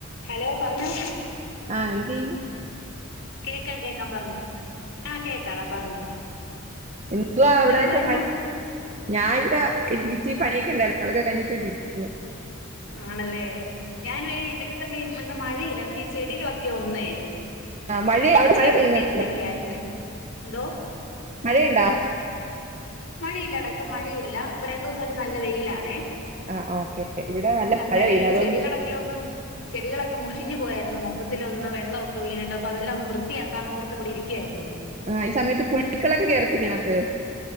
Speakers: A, on the left; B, on the right.
A: ഹലോ പറഞ്ഞോ
B: ആഹ എന്ന്
A: കേക്കൻ കേക്കാം പറഞ്ഞു ആഹ കേക്കാടാ പറഞ്ഞോ
B: എന്ത
A: എന്തെടുക്കുവായിരുന്നു
B: അവിടൊക്കെ മ ഞൻ ഇവിടെ ഇി ചച്ചി പണിയൊക്കെണ്ടായിരുന്നു അതൊക്കെ കഴിട്ട് ഇരിക്കന്ന്
A: ആണല്ലേ ഞാൻ മുറ്റത്തൊക്കെ ഇന്ന് മഴയില്ല എന്നിട്ട് ഈ ചെടികളൊക്കെ ഒന്നേ
B: മഴ അവിടെ
A: ഇച്ചിരി
B: മഴ
A: വൃത്തിയാക്കിയൊക്കെ
B: പെയ്യുന്നുണ്ടോ
A: ആയിരുന്നെ എന്തോ
B: മഴയുണ്ടാ
A: മഴയില്ലാടാ ഇപ്പ മഴയില്ല ഇപ്പൊ രണ്ടു ദിവസായിട്ട് നല്ല വെയിലാണേ
B: ആഹ് ഓക്കെ ഇവിടെ നല്ല
A: അന്നേരം
B: മഴ പെയ്യുന്നു
A: ഈ
B: അതുകൊണ്ട്
A: ചെടികളൊക്കെ ഒന്ന് ചെടികളൊക്കെ െ മുഷിഞ്ഞു പോയായിരുന്നു മൊത്തത്തിൊന്ന് മുഷിഞ്ഞു പോയായിരുന്നു വെള്ളൊക്കെ വീണിട്ട് അൊ അതെല്ലാം ഒന്ന് വൃത്തിയാക്കാൻ ഓർത്ത് ഇവിടെ ഇരിക്കയായിരുന്നു
B: ആ ഈ സമയത്ത് പുഴുക്കളൊക്കെ കേർത്തില്ലേ ഇതിനകത്ത്